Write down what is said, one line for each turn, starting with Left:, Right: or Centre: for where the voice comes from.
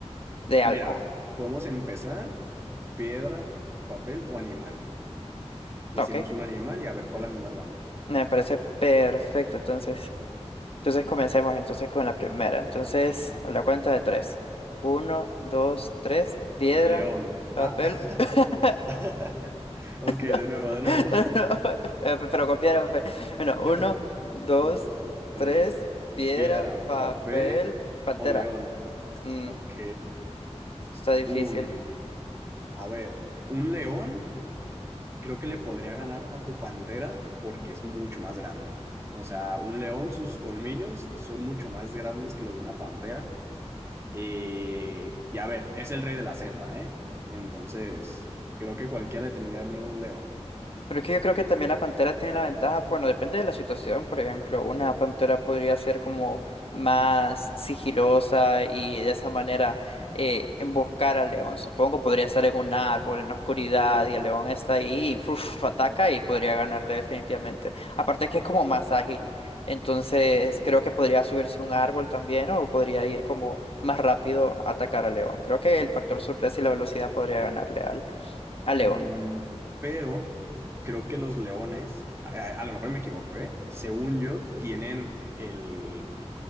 Left: de
Right: Mira,
Left: algo.
Right: podemos empezar piedra, papel o animal. Decimos
Left: Ok,
Right: un animal y a ver cuál animal gana.
Left: me parece perfecto, entonces. Entonces comencemos entonces con la primera. Entonces,
Right: Ajá.
Left: a la cuenta de tres. Uno, dos, tres. Piedra,
Right: León.
Left: papel.
Right: Ah.
Left: <laughs>
Right: <laughs> Ok,
Left: No,
Right: de nuevo, de nuevo.
Left: no, no, eh, Pero con piedra, papel. Bueno, uno,
Right: <laughs>
Left: dos,
Right: Dos, tres.
Left: tres. Piedra,
Right: Piedra,
Left: papel,
Right: papel
Left: pantera.
Right: o león.
Left: Mm,
Right: Ok.
Left: está difícil.
Right: Uy, a ver, un león. creo que le podría ganar a tu pantera porque es mucho más grande. O sea, un león, sus colmillos son mucho más grandes que los de una pantera. Eh, y a ver, es el rey de la selva, ¿eh? Entonces, creo que cualquiera le tendría miedo a un león.
Left: Pero es que yo creo que también la pantera tiene la ventaja, bueno, depende de la situación, por ejemplo, una pantera podría ser como más sigilosa y de esa manera eh, emboscar al león, supongo, podría estar en un árbol, en la oscuridad, y el león está ahí, y, uf, ataca y podría ganarle definitivamente. Aparte que es como más ágil, entonces
Right: Ok.
Left: creo que podría subirse a un árbol también o podría ir como más rápido a atacar al león. Creo que el factor sorpresa y la velocidad podría ganarle al, al
Right: Mm,
Left: león.
Right: pero creo que los leones, a, a- a lo mejor me equivoco, ¿eh? Según yo, tienen el,